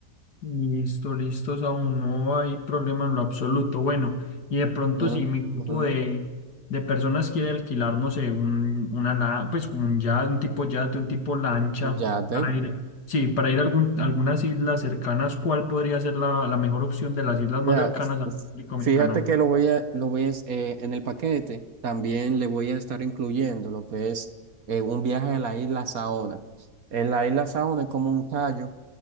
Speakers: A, on the left (about 65°); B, on the right (about 55°).
A: Listo, listo, Samu, no hay problema en lo absoluto. Bueno, y de pronto
B: Ya,
A: si mi grupo
B: ujú.
A: de, de personas quiere alquilar, no sé, un, una, la- pues como un yate, un tipo yate, un tipo lancha,
B: Yate.
A: para ir, sí, para ir a algún, algunas islas cercanas, ¿cuál podría ser la, la mejor opción de las islas más
B: Mira,
A: cercanas
B: f-
A: a la
B: f-
A: República Dominicana?
B: fíjate que lo voy a, lo voy a, es- eh, en el paquete también le voy a estar incluyendo lo que es eh, un viaje a la isla Saona. En la isla Saona es como un callo,